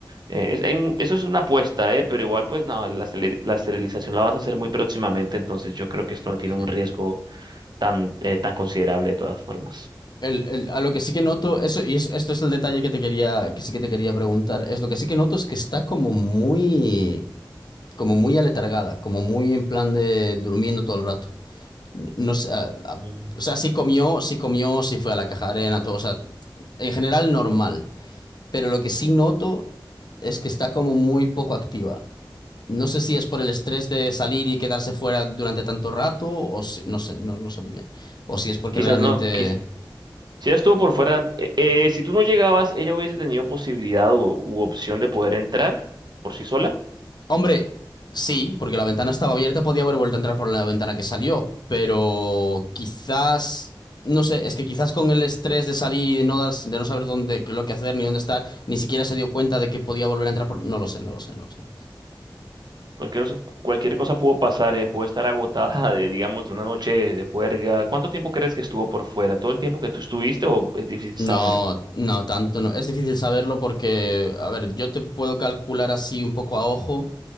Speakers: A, on the right; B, on the left.
A: Eh, es- hay un- eso es una apuesta, eh, pero igual, pues no, la, esteri- la esterilización la vas a hacer muy próximamente, entonces yo creo que esto no tiene
B: Sí.
A: un riesgo tan, eh, tan considerable de todas formas.
B: El- el- a lo que sí que noto, eso, y es- esto es el detalle que te quería, que sí que te quería preguntar, es lo que sí que noto es que está como muy, como muy aletargada, como muy en plan de durmiendo todo el rato. No sé, a- a-
A: Mm.
B: o sea, sí comió, sí comió, sí fue a la caja de arena, todo, o sea, en general normal. Pero lo que sí noto es que está como muy poco activa. No sé si es por el estrés de salir y quedarse fuera durante tanto rato, o si, no sé, no, no sé muy bien. O si es porque
A: Quizás
B: realmente.
A: no, quiz- Si ella estuvo por fuera, eh, eh, si tú no llegabas, ella hubiese tenido posibilidad o, u opción de poder entrar por sí sola.
B: Hombre, sí, porque la ventana estaba abierta, podía haber vuelto a entrar por la ventana que salió, pero quizás, no sé, es que quizás con el estrés de salir y de no, dar- de no saber dónde, qué- lo que hacer ni dónde estar, ni siquiera se dio cuenta de que podía volver a entrar por... No lo sé, no lo sé, no lo sé.
A: Cualquier, os- cualquier cosa pudo pasar, eh, puede estar agotada de, digamos, de una noche de juerga. ¿Cuánto tiempo crees que estuvo por fuera? ¿Todo el tiempo que tú estuviste o es difícil
B: No,
A: saber?
B: no, tanto no. Es difícil saberlo porque, a ver, yo te puedo calcular así un poco a ojo.